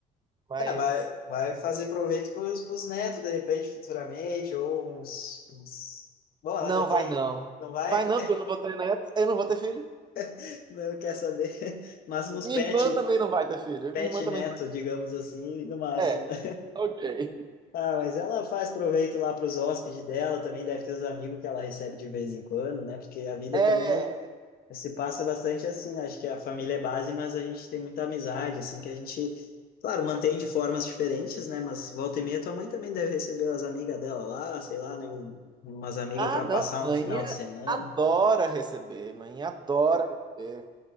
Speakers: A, on the right; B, on the left.
A: Mas
B: É, vai, vai fazer proveito para os netos, de repente, futuramente, ou uns, uns- Bom, ela
A: não
B: já tem.
A: vai não.
B: Não vai?
A: Vai não, porque eu não vou ter neto, eu não vou ter filho.
B: <laughs> Não quer saber. Mas uns
A: Minha
B: pets
A: irmã também não vai ter filho.
B: pet
A: Minha irmã também
B: neto,
A: não
B: digamos assim, no máximo.
A: vai. É,
B: né?
A: ok.
B: Ah, mas ela faz proveito lá para os hóspedes dela, também deve ter os amigos que ela recebe de vez em quando, né? Porque a vida
A: É.
B: também se passa bastante assim. Acho que a família é base, mas a gente tem muita amizade, assim, que a gente, claro, mantém de formas diferentes, né? Mas volta e meia, tua mãe também deve receber as amigas dela lá, sei lá, né? Um- Umas amigas
A: Ah,
B: para
A: não.
B: passar
A: Mãe
B: um final de semana.
A: adora receber. Mãe adora receber.